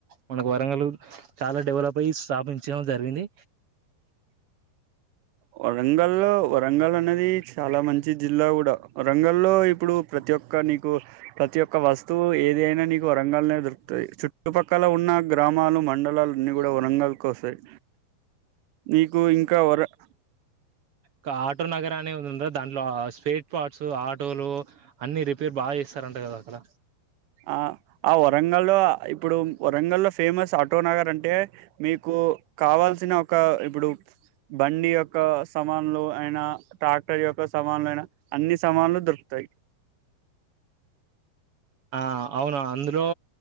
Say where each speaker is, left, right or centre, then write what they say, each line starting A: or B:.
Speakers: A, on the right (about 60°); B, on the right (about 80°).
A: మనకు వరంగలు చాలా డెవలప్ అయి స్థాపించడం జరిగింది.
B: వరంగల్లో వరంగల్ అనేది చాలా మంచి జిల్లా కూడా వరంగల్లో ఇప్పుడు ప్రతి ఒక్క నీకు ప్రతి ఒక్క వస్తువు ఏదైనా నీకు వరంగల్నే దొరుకు తయి చుట్టుపక్కల ఉన్న గ్రామాలు మండలాలు అన్నీ గూడ వరంగల్ కే వస్తాయి. నీకు ఇంకా వరం
A: కా ఆటో నగర్ అనే ఉంది దాంట్లో స్పేర్ పార్ట్స్ ఆటోలు అన్ని రిపేర్ బాగా చేస్ తరంట కదా అక్కడ
B: ఆ ఆ వరంగల్లో ఇప్పుడు వరంగల్లో ఫేమస్ ఆట్ టోనగరంటే మీకు కావాల్సిన ఒక ఇప్పుడు. బండి యొక్క సమా. లో అయిన, ట్రాక్టర్ యొక్క సమన్లో అయినా. అన్ని సమాన్లు దొరుకుతాయి.
A: ఆ అవును అందులో